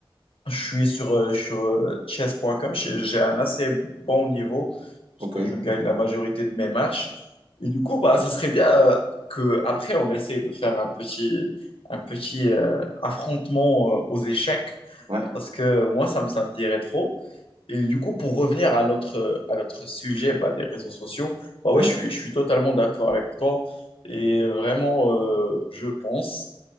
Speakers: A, on the left; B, on the right.
A: je suis sur, euh, sur euh, chess.com. J'ai j'ai un assez bon niveau parce
B: Ok.
A: que je gagne la majorité de mes matchs. Et du coup, bah,
B: ok.
A: ça serait bien euh, que après on essaie de faire un petit, un petit euh, affrontement euh, aux échecs
B: Ouais.
A: parce que moi, ça me, ça me dirait trop. Et du coup, pour revenir à notre, à notre sujet bah, des réseaux sociaux, bah ouais,
B: Ouais.
A: je suis, je suis totalement d'accord avec toi. Et vraiment, euh, je pense